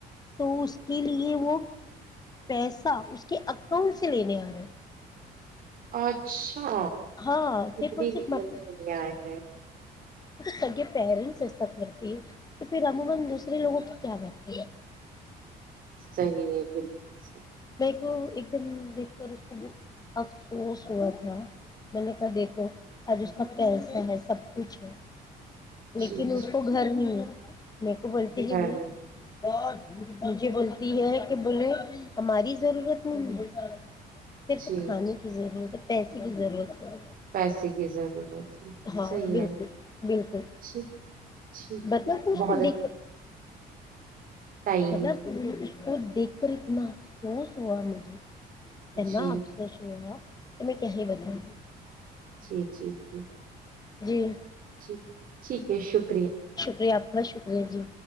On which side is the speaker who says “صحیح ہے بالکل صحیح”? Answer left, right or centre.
Right